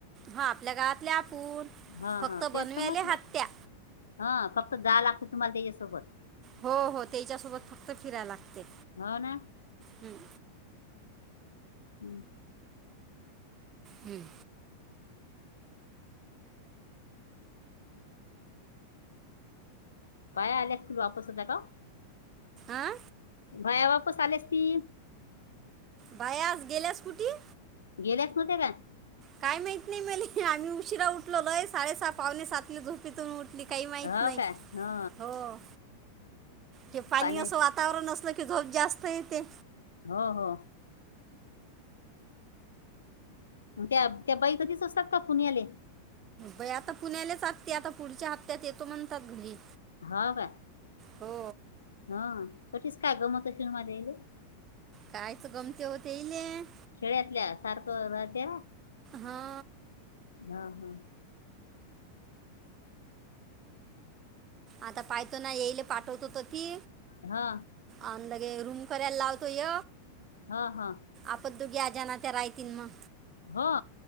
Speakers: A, on the right; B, on the left.
A: हा आपल्या गावातले आपण
B: ह
A: फक्त
B: तेच
A: बनवेले
B: तर म्हटलं
A: हातत्या
B: ह फक्त जा लागते तुम्हाला त्याच्यासोबत
A: हो हो तेच्यासोबत फक्त फिरायला लागते
B: हो ना
A: हम्म
B: हम्
A: हम्म
B: पाय आल्या असतील वापस आता का
A: आह
B: भयाबापस आलेस ती
A: बायस गेले स् कुटी
B: गेलेच न्ह का
A: काय माहित नाही मले आम्ही उशीरा उठलोय साडे सहा पावणे सातनेो थून उठली काही माहित नाही
B: हो काय हो
A: हो क पाणी
B: पाण्यास
A: असं वातावरण असलं की झोप जास्त येते
B: हा हा त्या त्या बाई कधीच असतात का खुणी आले
A: बई आता पुण्यालाच आगते आता पुढच्या हप्त्यात येतो म्हणतात घरी
B: हो काय
A: हो
B: हा तशीच का गमत शर माज्याले
A: कायच गमते होते येईल
B: खेड्यातल्या सारखं राहते
A: हा
B: हा हा
A: आता पाहतो ना येईल पाठवतो त की
B: हा
A: अंदागे रूम करायला लावतोय
B: हा हा
A: आपच दुघी आज ना त्या रायतीन मग
B: हा